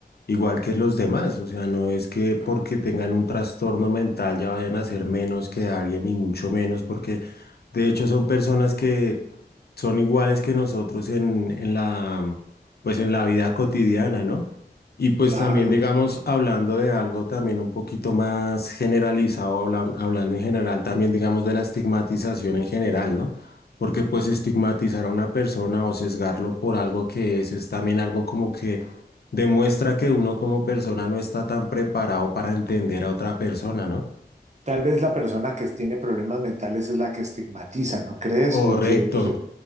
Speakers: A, on the left; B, on the right.
A: igual que los demás, o sea, no es que porque
B: Pero,
A: tengan un trastorno mental ya vayan a ser menos que alguien y mucho menos porque de hecho son personas que son iguales que nosotros en, en la, pues en la vida cotidiana, ¿no? Y pues
B: claro.
A: también, digamos, hablando de algo también un poquito más generalizado, habla- hablando en general también, digamos, de la estigmatización en general, ¿no? Porque pues estigmatizar a una persona o sesgarlo por algo que es, es también algo como que demuestra que uno como persona no está tan preparado para entender a otra persona, ¿no?
B: Tal vez la persona que tiene problemas mentales es la que estigmatiza, ¿no crees?
A: Correcto.
B: Porque re-